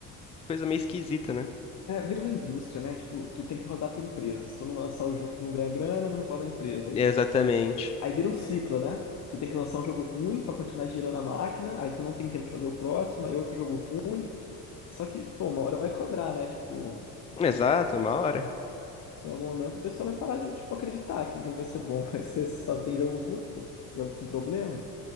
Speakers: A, on the left; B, on the left.
A: coisa meio esquisita, né?
B: é, vira uma indústria, né? Tipo, tu tem que rodar a tua empresa. Se tu não lançar o jogo, tu não ganha grana, não roda a empresa. Aí,
A: Exatamente.
B: tipo, aí vira um ciclo, né? Tu tem que lançar um jogo ruim pra continuar girando a máquina, aí tu não tem tempo de fazer o próximo, aí outro jogo ruim. Só que, pô, uma hora vai cobrar, né? Tipo,
A: Exato, uma hora.
B: Em algum momento o pessoal vai parar de, tipo, acreditar que o jogo vai ser bom, <laughs> vai ser só tem jogo ruim, pô. Jogo com problema.